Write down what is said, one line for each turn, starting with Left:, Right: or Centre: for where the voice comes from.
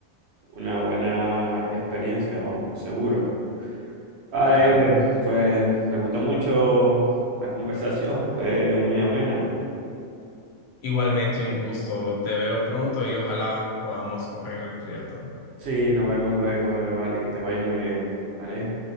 Right: una buena experiencia, vamos, seguro. Vale,
Left: Claro.
Right: Ever, pues me gustó mucho la conversación, fue muy amena.
Left: Igualmente un gusto, te veo pronto y ojalá podamos correr el triatlón.
Right: Sí, nos vemos luego, Ever, vale, que te vaya muy bien, ¿vale?